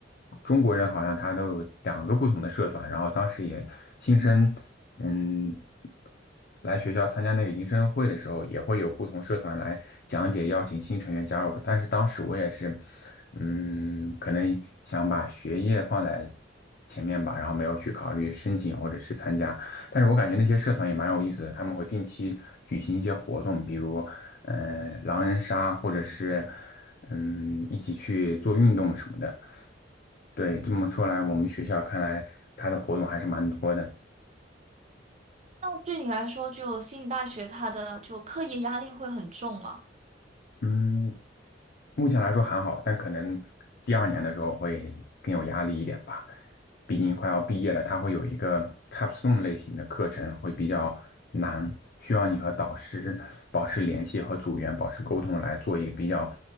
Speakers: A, on the left; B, on the right.
A: 中国人好像他都有两个不同的社团，然后当时也新生嗯。来学校参加那个迎新会的时候，也会有不同社团来讲解，邀请新成员加入。但是当时我也是，嗯，可能想把学业放在前面吧，然后没有去考虑申请或者是参加。但是我感觉那些社团也蛮有意思的，他们会定期举行一些活动，比如，呃，狼人杀，或者是，嗯，一起去做运动什么的。对，这么说来，我们学校看来它的活动还是蛮多的。
B: 那对你来说，就悉尼大学它的就课业压力会很重吗？
A: 嗯，目前来说还好，但可能第二年的时候会更有压力一点吧。毕竟快要毕业了，它会有一个 capstone 类型的课程，会比较难，需要你和导师保持联系和组员保持沟通，来做一个比较，